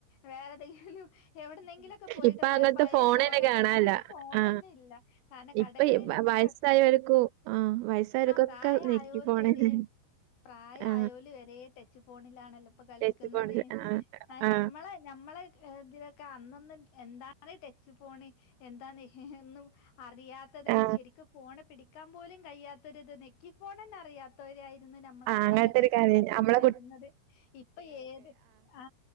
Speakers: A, on the left; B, on the right.
A: വേറെതെങ്കി- ഹലോ എവ്ട്ന്നെങ്കിലൊക്കെ പോയിട്ട്
B: ഇപ്പൊ
A: വേറെ
B: അങ്ങനത്തെ
A: പയേ
B: ഫോണെന്നെ
A: ഫോണ്ത്ത്
B: കാണാല്ല
A: അങ്ങനത്തെ ഫോണന്നെല്ല
B: ആ
A: കാരണം കടകളിൽന്ന്പ്പ
B: ഇപ്പൊ ഈ വ- വയസ്സായവർക്കും ആ വയസ്സായവർക്കൊക്കെ
A: ആ പ്രായായോല്
B: നെക്കി ഫോണെന്നെ
A: വരെ പ്രായായോല്
B: ആ
A: വരെ ടച്ച് ഫോണിലാണല്ലോ പ്പ കളിക്ക്ന്നത്
B: ടച്ച് ഫോൺ ആ
A: ആഹ് ഞമ്മളെ
B: ആ
A: ഞമ്മളെ ഏ ഇതിലൊക്കെ അന്നന്ന് എന്താ ണ് ടച്ച് ഫോണ് എന്താന്നെ ഹെ ഒന്നും അറിയാത്തതാണ്
B: ആ
A: ശെരിക്ക് ഫോണ് പിടിക് ക്കാൻ പോലും കയിയാതൊര് നെക്കിഫോണെന്നെ അറിയ ത്തോരായിരുന്നു നമ്മളെ ആ കാലഘട്ടത്തിലൊക്കെണ്ടായിരുന്നത്.
B: അങ്ങനത്തെ ഒരു കാര്യം നമ്മളെ
A: ഇപ്പൊ ഏത് ആ